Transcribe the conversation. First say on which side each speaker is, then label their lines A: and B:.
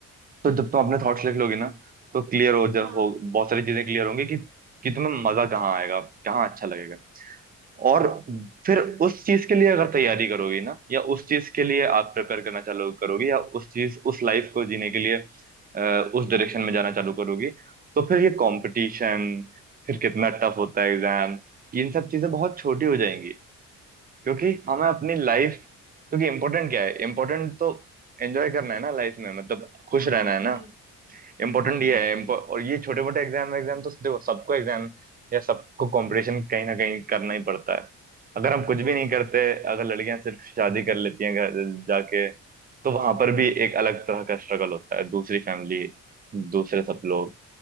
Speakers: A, on the right (about 30°); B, on the right (about 80°).
A: तो जब तुम अपने थॉट्स लिख लोगी ना तो क्लियर हो जा
B: हाँ
A: हो बहुत सारी चीजें क्लियर होंगी कि कि तुम्हें मजा कहाँ आएगा कहाँ अच्छा लगेगा और फिर उस चीज के लिए अगर तैयारी करोगी ना या उस चीज के लिए आप प्रिपेयर करना चालू करोगी या उस चीज उस लाइफ को जीने के लिए अ, उस डायरेक्शन में जाना चालू करोगी तो फिर ये कंपटीशन फिर कितना टफ होता है एग्जाम इन सब चीजें बहुत छोटी हो जाएंगी क्योंकि हमें अपनी लाइफ क्योंकि इम्पोर्टेंट क्या है इम्पोर्टेंट तो एंजॉय करना है ना लाइफ में मतलब खुश
B: हाँ
A: रहना है
B: सही
A: ना इम्पोर्टेंट
B: सही
A: ये
B: है एकदम
A: है impo- और ये छोटे मोटे एग्जाम एग्जाम तो देखो सबको एग्जाम या सबको कंपटीशन कहीं ना कहीं करना ही पड़ता है अगर हम कुछ भी
B: वो
A: नहीं
B: च-
A: करते अगर लड़कियां सिर्फ शादी कर लेती हैं घर जाके तो वहां पर भी एक अलग तरह का स्ट्रगल होता है दूसरी फैमिली दूसरे सब लोग